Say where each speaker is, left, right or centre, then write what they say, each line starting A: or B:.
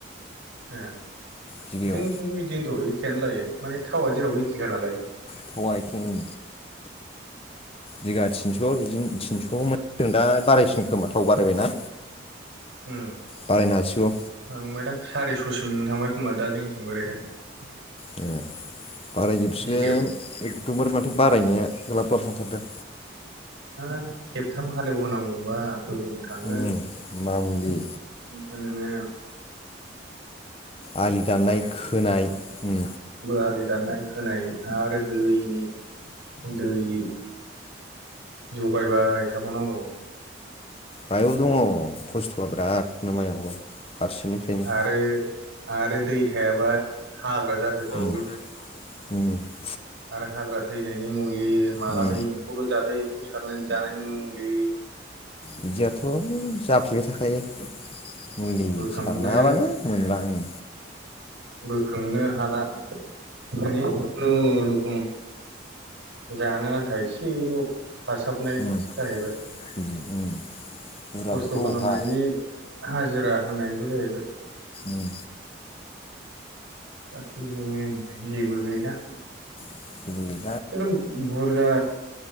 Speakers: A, on the right (about 85°); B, on the left (about 30°).
A: ओ।
B: बिगायाव
A: जोंथिंबो बिदिनोथ' ए खेयानो लायो माने थावा जेराव एखेखा नालाय।
B: थावआ एखे ओं बिगा थिनस'। स' बिदिनो थिनस' मोनों दा बारायसिन खोमा थाव बारायबायना।
A: ओ
B: बारायनो हासिगौ
A: थांबायदां सारिस'सिम थांबाय खोमा दा जोंनिथिं ओरैनो।
B: ए बारायजोबसिगोन
A: बिगायाव
B: एकदमबारे माथो बारायनाया ग्लाब ग्लाब थांथारदों।
A: हा खेबथाम हालेवहोनांगौबा गोगोम थाङो
B: उम
A: ओमफ्राय
B: मामुलि
A: नोङो
B: आलि दाननाय खोनाय उम
A: <inaudible> <inaudible> दाननाय खोनाय आरो दैनि दै। जगायबाय थाबावनांगौ।
B: मायाव दङ खस्थ'आ बिरादनो माइयावबो। फारसेनिफ्रायनो
A: आरो आरो दै थायाबा हाग्रा जाजोबबावो।
B: उम <inaudible>
A: आरो हाग्रा थैनाय। <inaudible> लि मालाबा
B: उम
A: एम्फौल' थादों। फौ सारनायनि जानायनि मुलि।
B: बिदियाथ' जाफ्लेबाय थाखायो। मुलि
A: बोखांनो
B: सारनाङाबानो मोनला ओ।
A: बोखांनो हाला माने खुनुरुखुम जानो आन्था एसेल' हासाबनाय
B: उम
A: जाहैबाय
B: बिदि उम बुरजाखौथ'
A: खस्थ' खालामनायनि
B: अहा
A: हाजिरा <unintelligible>
B: उम
A: बाखि जेबो गैला
B: <unintelligible>
A: खिन्थु बुरजा